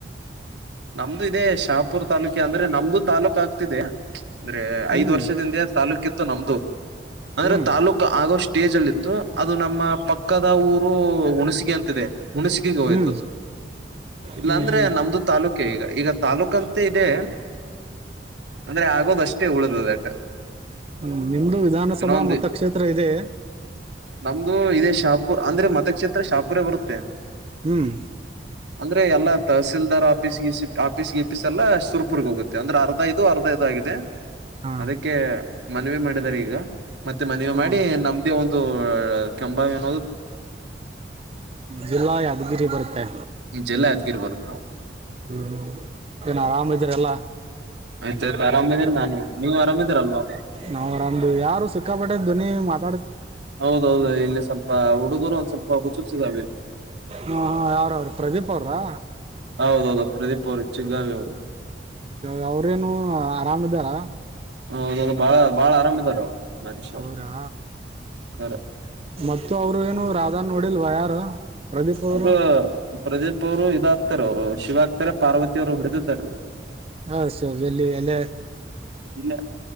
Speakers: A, on the right (about 80°); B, on the right (about 35°).
A: ನಮ್ದು ಇದೆ ಶಾಪ್. ಪುರ್ ತಾಲೂಕಿ ಅಂದ್ರೇ ನಮ್ದು ತಾಲೂಕ ಆದ್. ತ್ತಿದ್ದೆ. ಅಂದ್ರೆ
B: ಹ್ಮ್
A: ಐದ್ ವರ್ಷದ ಹಿಂದೆ ತಾಲೂಕ ಇತ್. ತ್ತ ನಮ್ದು. ಅಂದ್ರೆ
B: ಹ್ಮ್ ಹ್ಮ್
A: ತಾಲೂಕ್ ಆಗೋ ಸ್ಟೇಜ್ ಅಲ್ಲಿ ಇತ್ತು ಅದು ನಮ್ಮ ಪಕ್ಕದ ಊರು ಹುಣಸಿಗೆ ಅಂತಿದೆ ಹುಣಸಗಗೆ ಹೋಯ್ತುದು
B: ಹ್ಮ್
A: ಇಲ್ಲಾ
B: ಹ್ಮ್
A: ಅಂದ್ರೆ
B: ಹ್ಮ್
A: ನಮ್ದು. ತಾಲೂಕ್ಕೆ ಈಗ ಈಗತ. ತಾಲ್ಲೂಕ ಅಂತೆ ಇದೆ. ಅಂದ್ರೆ ಆಗೋದ ಅಷ್ಟೇ ಉಳಿದದ ಯಾಕ
B: ಹ್ಮ್ ನಿಮ್ದು ವಿಧಾನಸಭಾ
A: ಇನೊಂದಿ
B: ಮತಕ್ಷೇತ್ರ ಇದೆ
A: ನಮ್ದು ಇದೇ ಶಾಪುರ್ ಅಂದ್ರೆ ಮತಕ್ಷೇತ್ರ ಶಾಪ. ಪೂರೆ ಬರುತ್ತೆ.
B: ಹ್ಮ್
A: ಅಂದ್ರೆ ಎಲ್ಲಾ ತಹಸೀಲ್ದಾರ್ಪ. ಸಿಟ್ ಆಫೀಸ್ ಗಿಪಿಸ್ ಎಲ್ಲಸ. ತುರ್ಪುರ್ಗೆ ಹೋಗುತ್ತೆ ಅಂದ್ರೆ ಅರ್ಧಾ ಇದು ಅರ್ಧಾ ಇದು ಆಗಿದೆ
B: ಹಾ
A: ಅದಕ್ಕೆ. ಮನವಿ ಮಾಡಿದಿದ್ದಾರೆ ಈಗ. ಮತ್ತೆ ಮನವಿ
B: ಹ್ಮ
A: ಮಾಡಿ ನಮ್ದೇ ಒಂದು. ರ ಕೆಂಬಾವಿ ಅನ್.
B: ಜಿಲ್ಲಾ ಯಾದಗಿರಿ ಬರುತ್ತೆ.
A: ಜಿಲ್ಲಾ ಯಾದಗಿರ್. ಬರುತ್ತೊ.
B: ಹ್ಮ್ ಹ್ಮ್ ಏನ ಆರಾಮ್ ಇದಿರಲ್ಲಾ
A: ಆಯ್ತಾಯ್ತು ಆರಾಮಿದೇನೆ ನಾನು ನೀವು ಆರಾಮಿದೀರಲ್ವಾ
B: ನಾವು ಆರಮದೇವಿ ಯಾರು ಸಿಕ್ಕಾಪಟ್ಟೆ ಧ್ವನಿ ಮಾತ್.
A: ಹೌದ ಹೌದು ಇಲ್ಲಿ ಸ್ವಲ್ಪ ಹುಡುಗರು ಒಂನ್ ಸ್ವಲ್ಪ. ವ ಹಚ್ಚುಚು ಚಿದ್ದಾವೆನ್.
B: ಹ ಹಾ ಯಾರ ಅವ್ರ ಪ್ರದೀಪ್ ಅವ್ರಾ.
A: ಹೌದೌದು ಪ್ರದೀಪ್ ಅವ್ರಿದ್. ಚಿಂಗಾವಿ ಅವ್ರು.
B: ಗ ಅವ್ರೇನು ಆರಾಮ ಇದ್ದಾರಾ.
A: ಹೌದು ಬಾಳ ಬಾಳ ಆರಾಮ್ ಇದಾರ ಅವ್ರ ಮನಷ್ಯರು.
B: ಅವರಾ
A: ಕರ.
B: ಮತ್ತು ಅವ್ರ ಏನು ರಾ. ಝಾನ್ ನೋಡಿಲ್ವಾ ಯಾರು. ಪ್ರದೀಪ್ ಅವರು
A: ಅವ್ರು ಪ್ರದೀಪ್ ಅವರು ಇದಾದ. ತ್ತರ ಅವ್ರು ಶಿವಾ ಆಗ್ತಾರೆ ಪಾರ್ವತಿಯವ್ರು ಹೊಡಿದ್ದಾರೆ ಅವ್ಗಿ.
B: ಹಾ ಶೀವ ಎಲ್ಲಿ ಏನ.
A: ಇಲ್ಲ